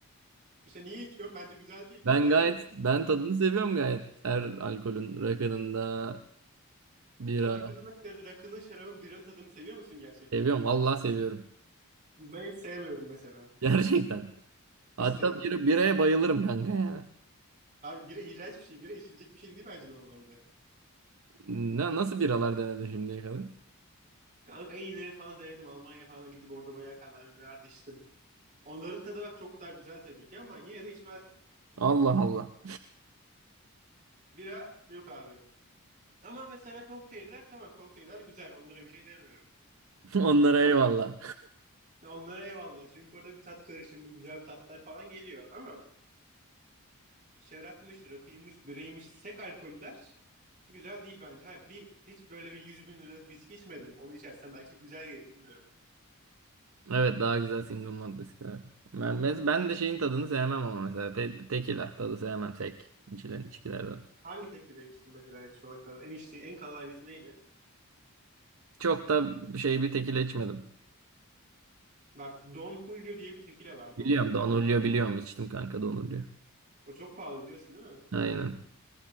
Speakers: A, on the right (about 35°); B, on the right (about 65°).
A: işte niye içiyorum? Bence güzel değil. Kokteyllerin
B: Ben gayet
A: tadı
B: ben
A: güzel bak.
B: tadını seviyorum gayet. Her alkolün rakının da bira
A: Sen rakının, mesela rakının, şarabın, biranın tadını seviyor musun gerçekten?
B: seviyorum. Vallahi seviyorum.
A: Ben hiç sevmiyorum mesela.
B: <laughs> Gerçekten.
A: Hiç
B: Hatta
A: sevmem.
B: bira, biraya bayılırım kanka yani.
A: Abi bira iğrenç bir şey. Bira içilecek bir şey değil bence normalde.
B: Ne, nasıl biralar denedin şimdiye kadar?
A: Kanka en iyileri falan denedim. Almanya'ya falan gidip orada bayağı kallavi birer de içtim. Onların tadı bak çok daha güzel tabii ki ama yine de içmezdim.
B: Allah Allah.
A: Bira yok abi. Ama mesela kokteyller tamam kokteyller güzel. Onlara bir şey demiyorum.
B: <laughs> Onlara
A: Ama
B: eyvallah.
A: ya onlara eyvallah. Çünkü orada bir tat karışımı, güzel bir tatlar falan geliyor. Ama şarapmış, rakıymış, bireymiş, sek alkoller güzel değil bence. Ha, bir hiç böyle bir 100 bin liralık viski içmedim. Onu içersem belki güzel gelir bilmiyorum.
B: Evet daha güzel single malt viskiler. Ben, mes- ben de şeyin tadını sevmem ama mesela te tekila tadı sevmem tek içilen içkilerden.
A: Hangi teklife içtin mesela hiç şu ana kadar? En içtiğin en kallavi neydi?
B: Çok da şey bir tekila içmedim.
A: Bak Don Julio diye bir tekile var. Don
B: Biliyorum
A: Julio.
B: Don Julio biliyorum içtim kanka Don Julio.
A: O çok pahalı biliyorsun değil mi?
B: Aynen.